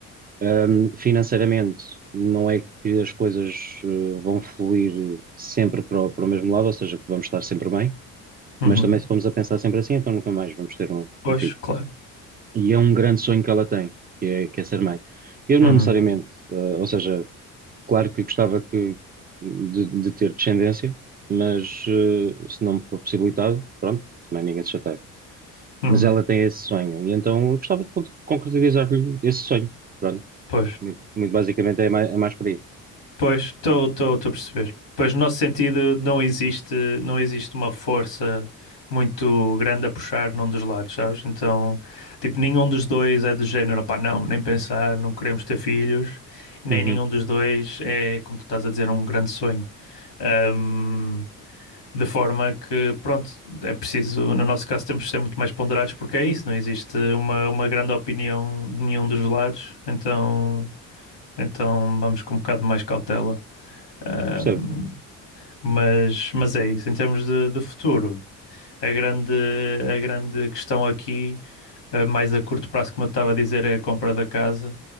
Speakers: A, on the right (about 25°); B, on the left (about 85°).
A: Ahm, financeiramente, não é que as coisas, eh, vão fluir sempre para o, para o mesmo lado, ou seja, que vamos estar sempre bem.
B: uhum.
A: Mas também se formos a pensar sempre assim, então nunca mais vamos ter um,
B: Pois,
A: um filho.
B: claro.
A: E é um grande sonho que ela tem, que é, que é ser mãe. Eu não
B: Uhum,
A: necessariamente, eh, ou seja, claro que gostava que, de, de ter descendência, mas eh, se não me for possibilitado, pronto, também ninguém se chateia.
B: uhum.
A: Mas ela tem esse sonho, e então eu gostava de con- concretizar-lhe esse sonho. Pronto,
B: Pois.
A: muito, muito basicamente é mais, é mais por aí.
B: Pois, estou a perceber. Pois, no nosso sentido, não existe, não existe uma força muito grande a puxar num dos lados, sabes? Então, tipo, nenhum dos dois é do género, pá, não, nem pensar, não queremos ter filhos, nem
A: Uhum,
B: nenhum dos dois é, como tu estás a dizer, um grande sonho. Ahm, de forma que, pronto, é preciso, no nosso caso, temos de ser muito mais ponderados porque é isso, não existe uma, uma grande opinião de nenhum dos lados, então, então vamos com um bocado mais cautela. Ahm,
A: percebo.
B: mas, mas é isso, em termos de, de futuro, a grande, a grande questão aqui, eh, mais a curto prazo, como eu estava a dizer, é a compra da casa,